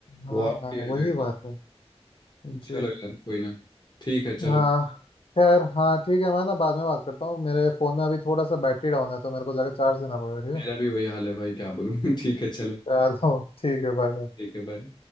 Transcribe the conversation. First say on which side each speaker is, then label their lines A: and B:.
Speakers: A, on the left; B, on the left.
A: हाँ
B: वो और क्लियर
A: वही
B: रहेगा
A: बात है जी
B: चलो यार कोई ना ठीक है चलो
A: हाँ खैर हाँ ठीक है मैं ना बाद में बात करता हूँ मेरे फ़ोन में अभी थोड़ा सा बैटरी डाउन है तो मेरे को जाकर चार्ज देना पड़ेगा
B: मेरा भी वही हाल है भाई क्या बोलूँ <laughs> ठीक है चलो
A: ठीक है चलो ठीक है बाय बाय
B: ठीक है भाई